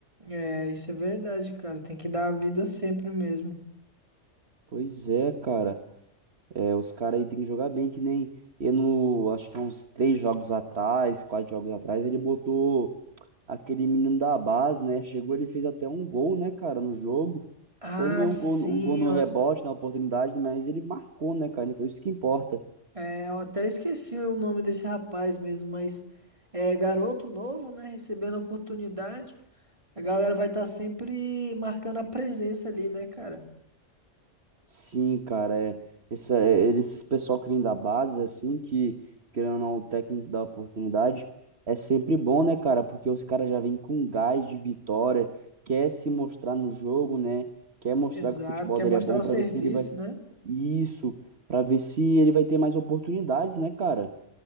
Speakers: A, on the right; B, on the right.
A: É, isso é verdade, cara. Tem que dar a vida sempre mesmo.
B: Pois é, cara. É, os caras aí tem que jogar bem, que nem eu no, acho que há uns três jogos atrás, quatro jogos atrás, ele botou aquele menino da base, né? Chegou, ele fez até um gol, né, cara, no jogo.
A: Ah,
B: Foi meio
A: sim,
B: um gol, um gol no
A: ó.
B: rebote, na oportunidade, mas ele marcou, né, cara? Então isso que importa.
A: É, eu até esqueci o nome desse rapaz mesmo, mas é garoto novo, né? Recebendo a oportunidade. A galera vai estar sempre marcando a presença ali, né, cara?
B: Sim, cara, é, esse, é, eles- pessoal que vem da base, assim, que, querendo ou não, o técnico dá oportunidade, é sempre bom, né, cara? Porque os caras já vêm com gás de vitória, quer se mostrar no jogo, né? Quer mostrar
A: Exato,
B: que o futebol
A: quer
B: dele
A: mostrar
B: é bom
A: o
B: pra
A: serviço,
B: ver se ele vai.
A: né?
B: Isso, pra ver se ele vai ter mais oportunidades, né, cara?